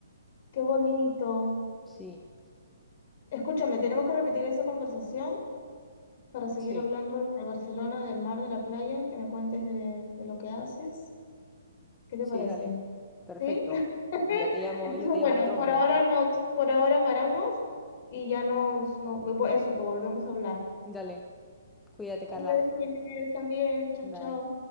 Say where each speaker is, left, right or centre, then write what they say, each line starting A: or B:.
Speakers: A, on the left; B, in the centre.
A: Qué bonito.
B: Sí,
A: Escúchame, tenemos que repetir esa conversación para seguir
B: sí,
A: hablando de Barcelona, del mar, de la playa, que me cuentes de, de lo que haces. ¿Qué te
B: sí,
A: parece?
B: dale. Perfecto.
A: ¿Sí? <laughs>
B: Ya te llamo,
A: Entonces,
B: ya te
A: bueno,
B: llamo en otro
A: por
B: momento.
A: ahora nos, por ahora paramos y ya nos, no, eso, que volvemos a hablar.
B: Dale. Cuídate,
A: Un
B: Carla.
A: beso, Inés, también. Chao,
B: Bye.
A: chao.